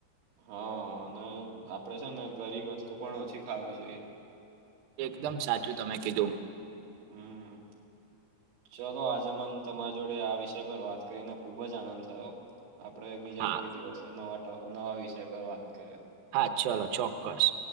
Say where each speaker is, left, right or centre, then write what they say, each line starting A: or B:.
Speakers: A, on the right; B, on the right.
A: હા અને આપડે છે ને ઘરી વસ્તુ પણ ઓછી ખાવી જોઈએ.
B: એકદમ સાચું તમે કીધું.
A: હમ ચલો આજે મન તમારી જોડે આ વિષય પર વાત કરીને ખુબ જ આનંદ થયો. આપડ બીજા
B: હા
A: કોઈ દિવસે નવા નવા વિષય પર વાત કર્યા.
B: હા ચલો ચોક્કસ